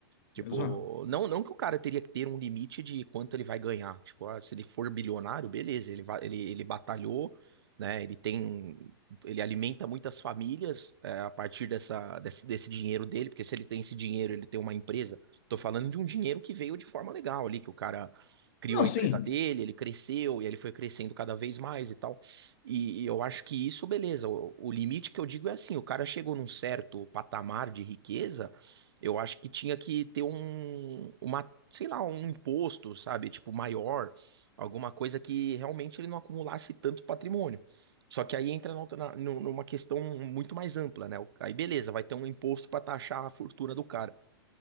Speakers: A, on the right (about 70°); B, on the left (about 35°).
A: Tipo,
B: Exato.
A: não, não que o cara teria que ter um limite de quanto ele vai ganhar. Tipo, ah, se ele for bilionário, beleza, ele, vai, ele, ele batalhou, né? Ele tem, ele alimenta muitas famílias é, a partir dessa, desse, desse dinheiro dele, porque se ele tem esse dinheiro, ele tem uma empresa. Tô falando de um dinheiro que veio de forma legal ali, que o cara criou
B: Não,
A: a
B: sim.
A: empresa dele, ele cresceu e ele foi crescendo cada vez mais e tal. E, e eu acho que isso, beleza. O, o limite que eu digo é assim, o cara chegou num certo patamar de riqueza eu acho que tinha que ter um, uma, sei lá, um imposto, sabe? Tipo, maior, alguma coisa que realmente ele não acumulasse tanto patrimônio. Só que aí entra na outra- na- nu- numa questão muito mais ampla, né? O- Aí beleza, vai ter um imposto para taxar a fortuna do cara.